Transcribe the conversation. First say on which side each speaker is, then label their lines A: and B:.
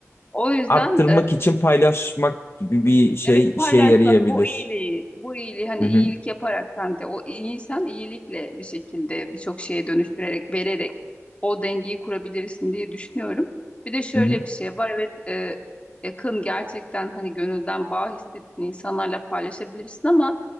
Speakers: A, on the left; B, on the left.
A: O yüzden
B: Arttırmak için paylaşmak gibi bir şey
A: Evet paylaşmak
B: işe yarayabilir.
A: bu iyiliği, bu iyiliği hani
B: Hı
A: iyilik
B: hı.
A: yaparak sen de o iyiysen iyilikle bir şekilde birçok şeye dönüştürerek, vererek o dengeyi kurabilirsin diye düşünüyorum. Bir de şöyle
B: Hı hı.
A: bir şey var evet e, yakın gerçekten hani gönülden bağ hissettiğin insanlarla paylaşabilirsin ama